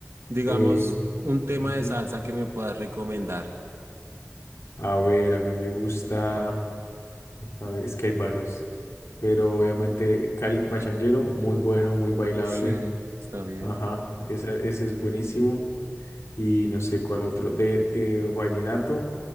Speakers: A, on the right; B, on the left.
A: Digamos,
B: Eh,
A: un tema
B: ujú.
A: de salsa que me puedas recomendar.
B: A ver, a mí me gusta, a ver, es que hay varios, pero obviamente Cali Pachanguero, muy bueno, muy bailable,
A: Sí, está bien.
B: ajá, esa- ese es buenísimo. y no sé cuál otro. De, de vallenato,